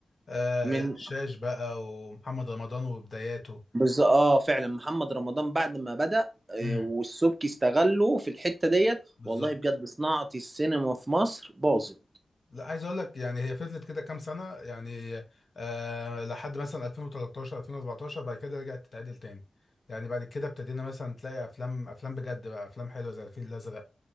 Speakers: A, on the left; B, on the right.
A: آه
B: من
A: الشاش بقى ومحمد رمضان وبداياته
B: بالظبط اه فعلا محمد رمضان بعد ما بدأ آه،
A: امم
B: والسبكي استغله في الحتة ديت
A: بالظبط
B: والله بجد صناعة السينما في مصر باظت
A: لا عايز اقول لك يعني هي فضلت كده كام سنه يعني آه لحد مثلا 2013 2014 بعد كده رجعت تتعدل تاني يعني بعد كده ابتدينا مثلا تلاقي افلام افلام بجد بقى افلام حلوه زي الفيل الازرق